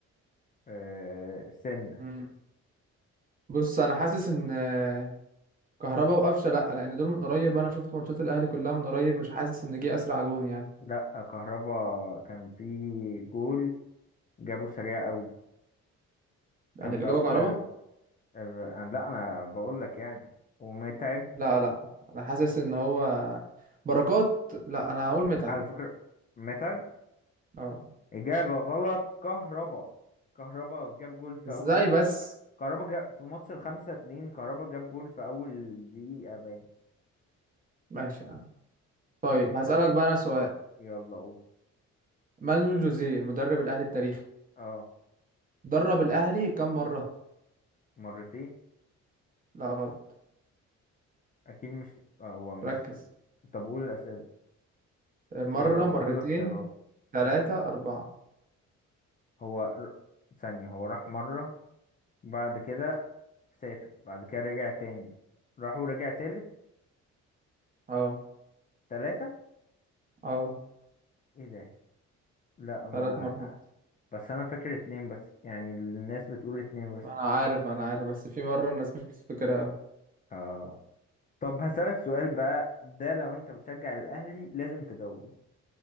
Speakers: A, on the left; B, on the right.
A: آه سنة
B: مم. بص أنا حاسس إن آه، كهربا وقفشة لا لأن دول من قريب أنا شفت ماتشات الأهلي كلها من قريب مش حاسس إن جه أسرع جون يعني
A: لأ كهربا كان في جول جابه سريع قوي كان
B: يعني
A: في
B: الإجابة
A: أول
B: كهربا
A: أنا- لا انا بقول لك يعني ومتعب
B: لا لا أنا حاسس إن هو بركات لا أنا هقول متعب
A: على فكرة متعب
B: اه
A: إجابة غلط كهربا كهربا جاب جول في
B: ازاي
A: أول
B: بس
A: كهربا جاب في ماتش الخمسة اتنين كهربا جاب جول في أول دقيقة باين
B: ماشي يا عم طيب
A: آه،
B: هسألك
A: آه،
B: بقى انا سؤال
A: يلا قول
B: مانويل جوزيه المدرب الاهلي التاريخي
A: اه
B: درب الاهلي كم مرة
A: مرتين
B: لا غلط
A: أكيد مش آه، هو مش
B: ركز
A: طب قول الأسئلة
B: مرة
A: آه،
B: مرتين
A: قول الاختيارات
B: ثلاثة
A: ماشي
B: أربعة
A: هو ر- ثانية هو راح مرة بعد كده سافر بعد كده رجع تاني راح ورجع تالت
B: اه
A: تلاتة
B: اه
A: ايه ده لا ما
B: ثلاث مرات
A: بس انا فاكر اتنين بس يعني الناس بتقول اتنين بس
B: ما انا عارف ما انا عارف بس في مرة الناس مش بتفتكرها اوي
A: اه طب هسألك سؤال بقى ده لو انت بتشجع الاهلي لازم تجاوبه